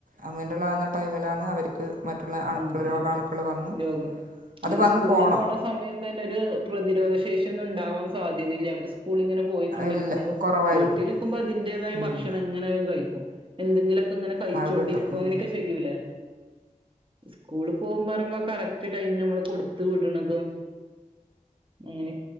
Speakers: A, on the right; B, on the right.
A: ആമിൻ്റള്ളാകുന്ന ടൈമിലാണ് അവര്ക്ക് മറ്റുള്ള അണുക്കള്
B: ഉം
A: രോഗാണുക്കള്
B: മറ്റ്
A: വന്ന്
B: രോഗം
A: അത്
B: ഈ
A: വന്ന്
B: സ്കൂളിൽ
A: പോണം.
B: പോണ സമയം തന്നെ ഒരു പ്രതിരോധ ശേഷി ഒന്നും ഉണ്ടാവാൻ സാധ്യതയില്ല്യ. അവര് സ്കൂളിങ്ങനെ പോയിക്കൊണ്ടിരിക്കുമ്പോ
A: ഇല്ല കുറവായിരിക്കും
B: വീട്ടില്ക്കുമ്പോ അതിന്റേതായ
A: ഉം
B: ഭക്ഷണം എങ്ങനെ ആയാലും കഴിക്കും. എന്തെങ്കിലൊക്കെങ്ങനെ കഴിച്ചോണ്ടിരിക്കും
A: അത് കിട്ടും ഉം
B: അങ്ങനെയൊക്കെ ചെയ്യൂലേ. സ്കൂള് പോകുമ്പാറിമ്പോ കറക്റ്റ് ടൈമിനമ്മള് കൊട്ത്ത് വിട്ണതും എങ്ങനെ